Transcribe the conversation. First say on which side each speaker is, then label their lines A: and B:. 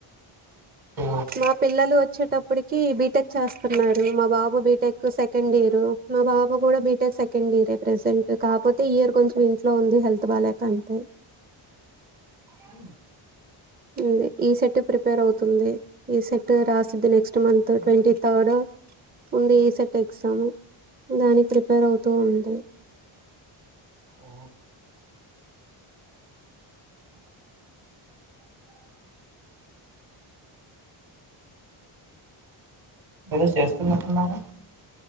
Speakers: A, on the right; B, on the right.
A: ఓ
B: మా పిల్లలు వచ్చేటప్పటికి బీటెక్ చేస్తున్నాడు మా బాబు బీటెక్ సెకండ్ ఇయర్ మా బాబా కూడా బీటెక్ సెకండ్ ఇయరే ప్రెసెంట్ కాపోతే ఇయర్ కొంచెం ఇంట్లో ఉంది హెల్త్ బాలేక అంతే
A: అ
B: ఉంది ఈ సెట్ ప్రిపేర్ అవుతుంది ఈ సెట్ రాసిద్ధి నెక్స్ట్ మంత్ ట్వంటీ థర్డ్ ఉంది ఈ సెట్ ఎగ్జామ్ దాని ప్రిపేర్ అవుతూ ఉంది
A: ఓ ఏదో చేస్తున్నట్లున్నారు